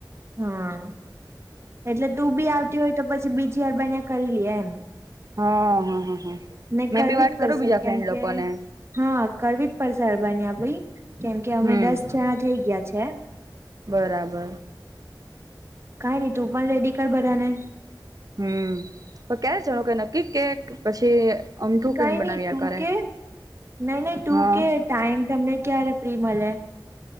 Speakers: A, on the right; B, on the right.
A: હા એટલે તું બી આવતી હોય તો પછી બીજી વારબા કરી લઈએ એમ.
B: હા હ હ હા
A: ને
B: મેં
A: કરવી
B: બી વાત
A: જ પડશે
B: કરું બીજા
A: કેમ
B: ફ્રેન્ડ
A: કે
B: લોકો ને
A: હા કરવીટ પર સરારબાની આપ ભાઈ કેમ કે અમે
B: હમ
A: દસ જણા થઇ ગયા છે.
B: બરાબર
A: કઈ નઈ તું પણ રેડી કર બધાને
B: હમ પણ ક્યારે જણું કે નક્કી કે પછી અમઠું
A: કઈ
B: પ્લેન બનાવ્યા
A: નઈ તુ
B: કરે
A: કે નહી નહી તુ
B: હા
A: કે ટાઈમ તમને ક્યારે ફ્રી મળે